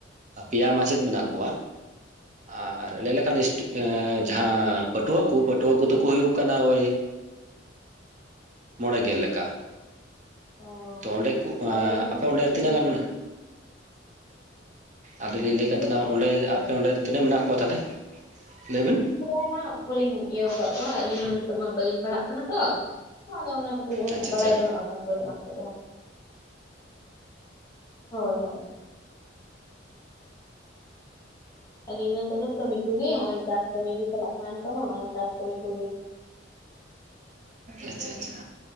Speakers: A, on the right; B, on the left.
A: ᱯᱮᱭᱟ ᱢᱟᱪᱮᱫ ᱢᱮᱱᱟᱜ ᱠᱚᱣᱟ ᱟᱨ ᱞᱟᱹᱭ ᱞᱮᱠᱷᱟᱱ ᱦᱤᱥ ᱮᱸ ᱡᱟᱦᱟᱸ ᱯᱟᱹᱴᱷᱩᱣᱟᱹ ᱠᱚ ᱯᱟᱹᱴᱷᱩᱣᱟᱹ ᱠᱚᱫᱚ ᱠᱚ ᱦᱩᱭᱩᱜ ᱠᱟᱱᱟ ᱳᱭ ᱢᱚᱬᱮ ᱜᱮᱞ ᱞᱮᱠᱟ᱾
B: ᱚ
A: ᱛᱚ ᱚᱸᱰᱮ ᱠᱩ
B: ᱛᱚᱵᱮ
A: ᱮᱸ
B: ᱢᱟ
A: ᱟᱯᱮ ᱚᱸᱰᱮ ᱛᱤᱱᱟᱹᱜ ᱜᱟᱱ
B: ᱢᱟ
A: ᱟᱫᱚ ᱞᱤᱧ ᱞᱟᱹᱭᱮᱫ
B: ᱟᱞᱮ
A: ᱛᱟᱦᱮᱱᱟ ᱚᱸᱰᱮ ᱟᱯᱮ ᱚᱸᱰᱮ ᱛᱤᱱᱟᱹᱜ ᱢᱮᱱᱟᱜ ᱠᱚᱣᱟ ᱛᱟᱦᱞᱮ? ᱞᱟᱹᱭ ᱵᱮᱱ᱾
B: <inaudible> ᱵᱟᱹᱞᱤᱧ ᱤᱭᱟᱹ ᱟᱠᱟᱜ ᱠᱚᱣᱟ ᱟᱹᱞᱤᱧ ᱱᱤᱛᱚᱜ ᱢᱟ ᱵᱟᱹᱞᱤᱧ ᱯᱟᱲᱦᱟᱜ ᱠᱟᱱᱟ ᱛᱚ᱾ ᱟᱫᱚ ᱚᱱᱟ ᱠᱷᱟᱹᱛᱤᱨ ᱩᱱᱟᱹᱜ
A: ᱟᱪᱪᱷᱟ
B: ᱵᱟᱲᱟᱭ
A: ᱟᱪᱪᱷᱟ
B: ᱵᱟᱹᱱᱩᱜ-ᱟ <inaudible> ᱵᱟᱱᱩᱜ-ᱟ ᱱᱤᱛᱚᱜ ᱫᱚ᱾ ᱦᱳᱭ ᱦᱳᱭ᱾ ᱟᱹᱞᱤᱧ ᱫᱚ ᱱᱤᱛᱚᱜ ᱫᱚ ᱠᱟᱹᱢᱤ ᱠᱚᱜᱮ ᱦᱚᱸᱜᱼᱚᱭ ᱚᱭ ᱪᱟᱥ ᱠᱟᱹᱢᱤ ᱜᱮ ᱪᱟᱞᱟᱜ ᱠᱟᱱᱟ ᱱᱤᱛᱚᱜ ᱢᱟ ᱚᱱᱟ ᱪᱟᱥ ᱠᱟᱹᱢᱤ ᱠᱚᱜᱮ᱾
A: ᱟᱪᱪᱷᱟ ᱟᱪᱪᱷᱟ